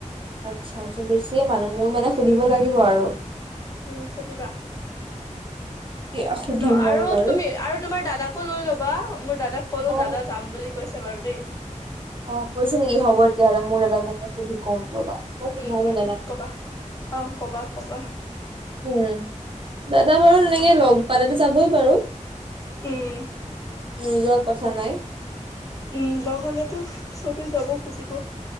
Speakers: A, on the right; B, on the left.
A: আচ্ছা আচ্ছা বেছিয়ে মানুহ মোৰ মানে সুধিব লাগিব আৰু
B: উম সুধিবা।
A: <unintelligible>
B: হেল্ল' আৰু
A: মই বাৰু
B: তুমি আৰু তোমাৰ দাদাকো লৈ ল'বা মোৰ দাদাক ক'লো
A: অ
B: দাদা যাম বুলি কৈছে বাৰু দেই।
A: অ', কৈছে নেকি হ'ব তেতিয়াহ'লে মোৰ দাদাকো মই সুধি কম ৰবা মই সোধাই
B: উম
A: নাই
B: উম
A: দাদাক।
B: কবা অ', কবা কবা।
A: উম, দাদা বাৰু তেনেকে লগ পালেতো যাবই বাৰু।
B: উম
A: নোযোৱা কথা নাই।
B: উম, লগ হলেতো চবে যাব খুজিব।